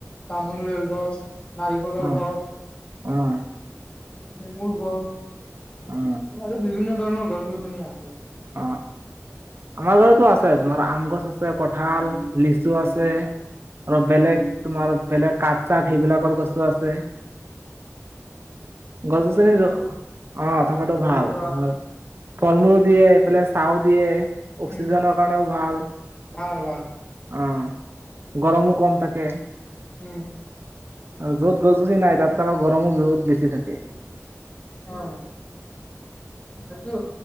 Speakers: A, on the left; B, on the right.
A: তামোলেৰ গছ। নাৰিকলৰ
B: অ
A: <unintelligible>
B: অ'।
A: নেমুৰ গছ।
B: অ
A: আৰু বিভিন্ন ধৰণৰ গছ গছনিয়ে
B: অ আমাৰ ঘৰততো আছে তোমাৰ আম গছ আছে আছে কঁঠাল লিচু আছে আৰু বেলেগ তোমাৰ বেলেগ কঠ চাত সেইবিলাকৰ গছো আছে গছ গছনি অ থকাটো
A: ধৰি
B: ভাল
A: লোৱা
B: তমাৰ ফল মূলো দিয়ে বলে চাউ দিয়ে অকসিজেনৰ
A: উম,
B: কাৰণে ভাল
A: ভাল ভাল
B: অ গৰমো কম থাকে
A: উম
B: আৰু য'ত গছ গছনি নাই তাত চাবা গৰমো বহুত বেছি থাকে
A: হয় সেইটো